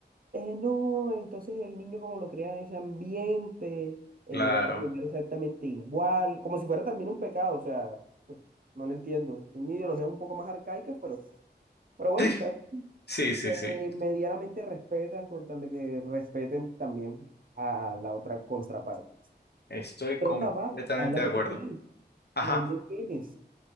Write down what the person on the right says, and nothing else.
Eh, no, entonces el niño como lo crea en ese ambiente, eh,
va a terminar exactamente igual, como si fuera también un pecado, o sea, pues, no lo entiendo. Son ideologías un poco más arcaicas, pero, pero bueno,
está bien,
se eh, medianamente respetan con tal de que respeten también a la otra contraparte.
Pero
papá, háblame
de ti,
¿de dónde vienes?